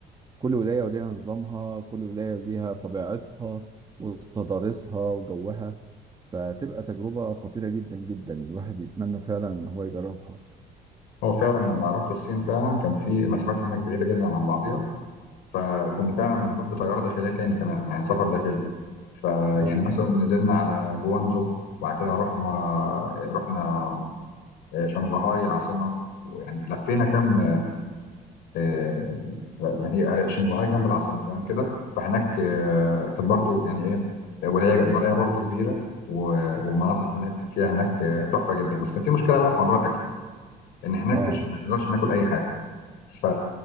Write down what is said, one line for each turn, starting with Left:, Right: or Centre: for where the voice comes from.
Right: كل ولاية وليها نظامها كل ولاية وليها طبيعتها وتضاريسها وجوها فتبقى تجربة خطيرة جدا جدا الواحد يتمنى فعلا إن هو يجربها
Left: هو فعلا لما رحت الصين فعلا كان في مسافات هناك بعيدة جدا عن بعضيها فكنا فعلا بنروح بطيارة داخلية تاني كمان يعني سفر داخلي فيعني
Right: اه
Left: مثلا نزلنا على جوانزو وبعد كده رحنا رحنا شنغهاي العاصمة ويعني لفينا كم آه، لا يعني هي- عشان وهي جنب العاصمه تمام كده فهناك آه، كانت برضو يعني ايه ولايه ولايه برضو كبيره و- والمناظر هناك فيها هناك آه، تحفه جدا بس كان في مشكله بقى في موضوع الاكل ان هناك
Right: اه
Left: مش ما نقدرش ناكل اي حاجه ف...